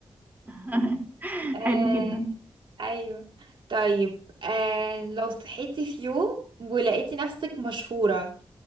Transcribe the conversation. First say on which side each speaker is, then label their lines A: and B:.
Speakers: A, on the right (about 20°); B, on the right (about 55°).
A: <laughs>
B: آه
A: حلو جدا
B: ايوه طيب آه لو صحيتي في يوم ولقيتي نفسك مشهورة